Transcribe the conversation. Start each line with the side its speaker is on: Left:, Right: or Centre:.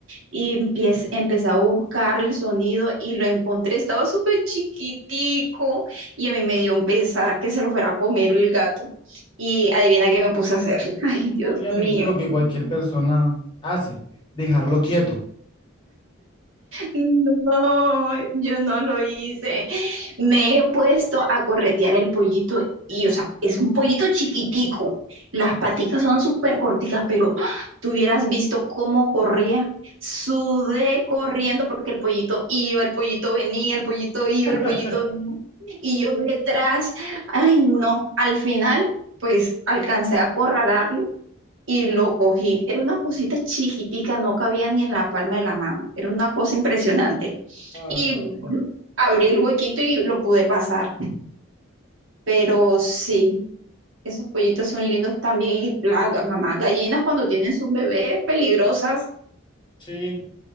Right: Y empiez empecé a buscar el sonido y lo encontré. Estaba súper chiquitico y a mí me dio un pesar que se lo fuera a comer el gato. Y adivina qué me puse a hacer. <laughs> Ay, Dios
Left: Obviamente
Right: mío.
Left: lo que cualquier persona hace, dejarlo quieto.
Right: No, yo no lo hice. Me he puesto a corretear el pollito y, o sea, es un pollito chiquitico. Las paticas son súper corticas, pero ¡ah! tú hubieras visto cómo corría. Sudé corriendo porque el pollito iba, el pollito venía, el pollito iba,
Left: <laughs>
Right: el pollito venía. Y yo detrás, ay no, al final pues alcancé a acorralarlo y lo cogí. Era una cosita chiquitica, no cabía ni en la palma de la mano. Era una cosa impresionante.
Left: Ay,
Right: Y
Left: güey.
Right: abrí el huequito y lo pude pasar. Pero sí, esos pollitos son lindos también. Y las ga- mamás gallinas cuando tienen sus bebés peligrosas,
Left: sí,